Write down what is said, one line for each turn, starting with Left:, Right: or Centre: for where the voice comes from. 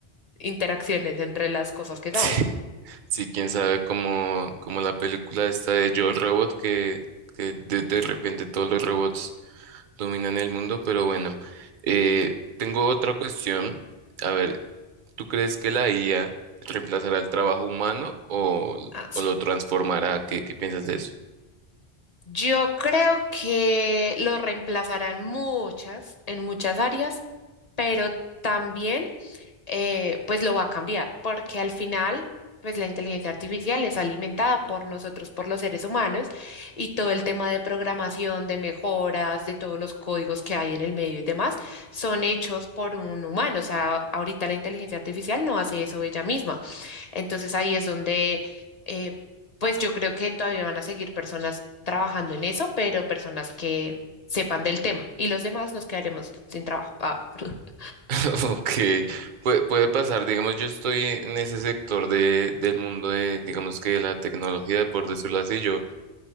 Left: interacciones entre las cosas que sabe.
Right: Sí, sí, quién sabe cómo, como la película esta de Yo Robot, que, que de, de repente todos los robots dominan el mundo, pero bueno, eh, tengo otra cuestión. A ver, ¿tú crees que la IA reemplazará el trabajo humano o,
Left: Ah, sí.
Right: o lo transformará? ¿Qué, qué piensas de eso?
Left: Yo creo que lo reemplazarán muchas, en muchas áreas, pero también eh, pues lo va a cambiar, porque al final pues la inteligencia artificial es alimentada por nosotros, por los seres humanos, y todo el tema de programación, de mejoras, de todos los códigos que hay en el medio y demás, son hechos por un humano. O sea, ahorita la inteligencia artificial no hace eso ella misma. Entonces ahí es donde, eh, pues yo creo que todavía van a seguir personas trabajando en eso, pero personas que sepan del tema y los demás nos quedaremos sin trabajo. Ah, <laughs>
Right: <laughs> Ok, Pue- puede pasar, digamos, yo estoy en ese sector de, del mundo de, digamos que de la tecnología, por decirlo así, yo